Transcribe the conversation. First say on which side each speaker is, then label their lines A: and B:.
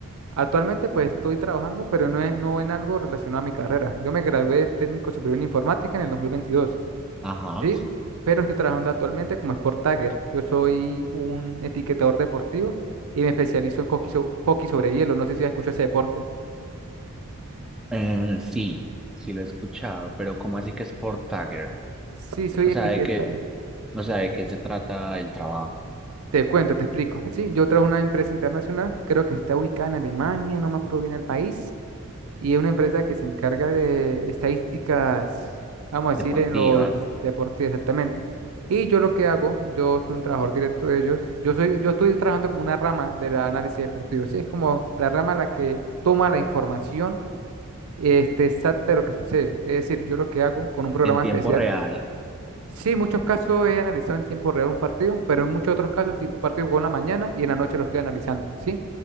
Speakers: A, on the right; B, in the centre.
A: Actualmente pues estoy trabajando, pero no, es- no en algo relacionado a mi carrera. Yo me gradué de técnico superior en informática en el 2022,
B: Ajá,
A: ¿sí? Pero estoy trabajando actualmente como Sport Tagger. Yo soy un etiquetador deportivo y me especializo en hockey, so- hockey sobre hielo. No sé si has escuchado ese deporte.
B: Eh, sí, sí lo he escuchado, pero ¿cómo así que es Sport Tagger?
A: Sí, soy
B: O
A: etiqueta.
B: sea, de qué, o sea, de qué se trata el trabajo?
A: Te cuento, te explico. Sí, yo trabajo en una empresa internacional, creo que está ubicada en Alemania, no me acuerdo bien el país, y es una empresa que se encarga de estadísticas, vamos a
B: Deportivas,
A: decir, en los de- deportes exactamente. Y yo lo que hago, yo soy un trabajador directo de ellos, yo soy, yo estoy trabajando como una rama del análisis deportivo, sí, es como la rama la que toma la información este, exacta de lo que sucede. Es decir, yo lo que hago con un programa
B: en tiempo
A: especial,
B: real.
A: sí, en muchos casos he analizado en tiempo real un partido, pero en muchos otros casos, tipo, un partido jugó en la mañana y en la noche lo estoy analizando, ¿sí?